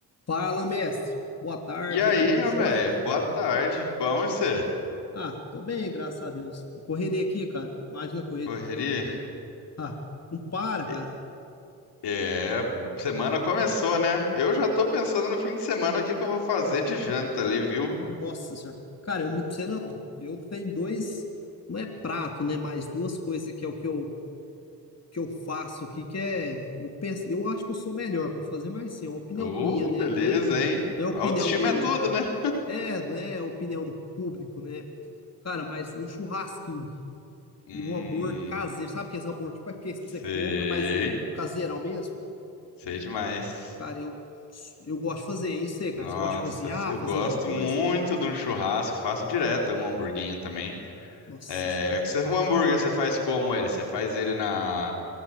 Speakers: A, on the left; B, on the left.
A: Fala, mestre. Boa tarde,
B: E aí,
A: e aí, tudo
B: meu
A: jóia?
B: velho? Boa tarde. Bom, e você?
A: Ah, tô bem, graças a Deus. Eu correria aqui, cara. Imagina a correria
B: Correria?
A: que tô. Ah, não para,
B: E-
A: cara.
B: É, semana começou, né? Eu já tô pensando no fim de semana o que que eu vou fazer de janta ali, viu?
A: Nossa senhora. Cara, eu me pra você não. Eu tenho dois, não é prato, né? Mas duas coisas que é o que eu, que eu faço aqui, que é. Eu penso, eu acho que eu sou melhor pra fazer, mas sim, é uma opinião
B: Oh,
A: minha, né?
B: beleza,
A: Não é,
B: hein?
A: não é opinião
B: Autoestima
A: do.
B: é tudo, né?
A: É, não é opinião do público, né? Cara, mas um churrasquinho.
B: Hum,
A: E um hambúrguer caseiro. Sabe aqueles hambúrguer, tipo aqueles que
B: sei,
A: você compra, mas o, o caseirão mesmo?
B: sei demais.
A: Cara, eu, eu gosto de fazer isso, aí,
B: Nossa,
A: cara. Você gosta de cozinhar,
B: eu
A: fazer
B: gosto
A: alguma coisa?
B: muito de um churrasco, faço direto um hamburguinho também.
A: Nossa
B: É,
A: senhora.
B: você- o hambúrguer você faz como ele? Você faz ele na,